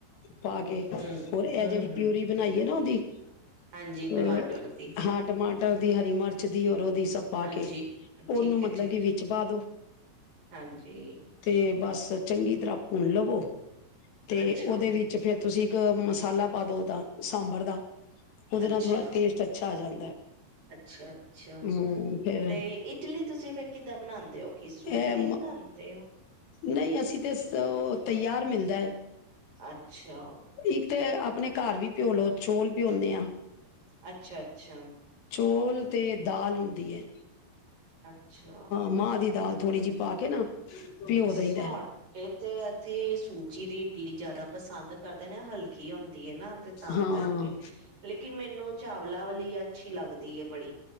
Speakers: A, on the left; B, on the right.
A: ਪਾ ਕੇ ਹੋਰ
B: ਹੂੰ,
A: ਇਹ
B: ਹੂੰ,
A: ਜਿਹੜੀ
B: ਹੂੰ
A: ਪਿਊਰੀ ਬਣਾਈਏ ਨਾ ਧੀ
B: ਹਾਂਜੀ
A: ਤੇ
B: ਟਮਾਟਰ ਦੀ
A: ਹਾਂ ਟਮਾ ਮਟਰ ਦੀ ਹਰੀ ਮਿਰਚ ਦਿਓ ਕਰੋ ਦੀ ਸਭ ਪਾ
B: ਹਾਂਜੀ
A: ਕੇ ਉਹਨੂੰ
B: ਠੀਕ
A: ਮਤਲਬ
B: ਹੈ, ਠੀਕ
A: ਕਿ ਵਿੱਚ
B: ਹੈ,
A: ਪਾ ਦੋ
B: ਹਾਂਜੀ
A: ਤੇ ਬਸ ਚੰਗੀ ਤਰ੍ਹਾਂ ਭੁਣ ਲਵੋ ਤੇ
B: ਅੱਛਾ,
A: ਉਹਦੇ ਵਿੱਚ ਫੇਰ ਤੁਸੀਂ ਇੱਕ ਮਸਾਲਾ ਪਾ ਦੋ ਤਾ ਸਾਂਬਰ ਦਾ ਉਹਦੇ
B: ਅੱਛਾ
A: ਨਾਲ ਥੋੜਾ ਟੇਸਟ ਅੱਛਾ ਆ ਜਾਂਦਾ ਹੈ
B: ਅੱਛਾ ਅੱਛਾ
A: ਹਮ ਫੇਰ
B: ਤੇ ਇਟਲੀ ਤੁਸੀਂ ਫਿਰ ਕਿੱਦਾਂ ਬਣਾਉਂਦੇ ਹੋ ਕਿ ਸੂਜੀ
A: ਇਹ
B: ਦੀ ਬਣਾਉਂਦੇ ਹੋ?
A: ਨਹੀਂ ਅਸੀਂ ਤੇ ਉਹ ਤਿਆਰ ਮਿਲਦਾ ਹੈ
B: ਅੱਛਾ,
A: ਇੱਕ ਤੇ ਆਪਣੇ ਘਰ ਵੀ ਭਿਓਲਓ ਚੋਲ ਭਿਉਂਦੇ ਆਾਂ
B: ਅੱਛਾ, ਅੱਛਾ,
A: ਚੌਲ ਅਤੇ ਦਆਲ ਹੁੰਦੀ ਹੈ
B: ਅੱਛਾ
A: ਮਾਂ ਦੀ ਦਾਲ ਥੋੜ੍ਹੀ ਜਿਹੀ ਪਾ ਕੇ ਨਾ ਭਿਓ
B: ਸਾੋਟੇ
A: ਦਈਦਾ
B: ਤੇ ਇੱਥੇ ਸੂਜੀ ਦੀ ਇਡਲੀ ਜ਼ਿਆਦਾ ਪਸੰਦ ਕਰਦੇ ਨੇ ਹਲਕੇ ਕੀ ਹੁੰਦਾ ਨਾ ਤੇ ਤਾਂ
A: ਹਾਂ
B: ਕਰਕੇ ਲੇਕਿਨ ਮੈਨੂੰ ਜਾ ਹਮਲਾਵਲੀ ਅੱਛੀ ਲੱਗਦੀ ਏ ਬੜੀ